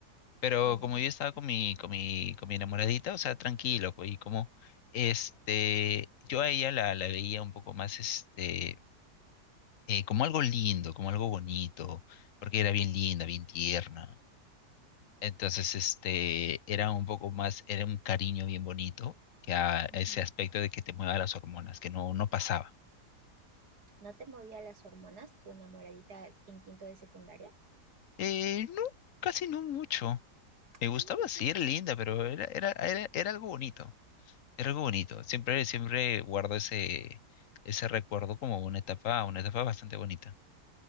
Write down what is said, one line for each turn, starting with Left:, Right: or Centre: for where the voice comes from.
Left: Pero
Right: Mm.
Left: como yo estaba con mi, con mi, con mi enamoradita, o sea, tranquilo, pues, y como, este, yo a ella la, la veía un poco más, este, eh, como algo lindo, como algo bonito, porque era bien linda, bien tierna. Entonces, este, era un poco más, era un cariño bien bonito, que a
Right: Ujú.
Left: ese aspecto de que te mueva las hormonas, que no, no pasaba.
Right: ¿No te movía las hormonas tu enamoradita en quinto de secundaria?
Left: Eh, no, casi no mucho. Me gustaba,
Right: Ah, mira
Left: sí,
Right: tú.
Left: era linda, pero era, era, era, era algo bonito, era algo bonito. Siempre, siempre guardo ese, ese recuerdo como una etapa, una etapa bastante bonita.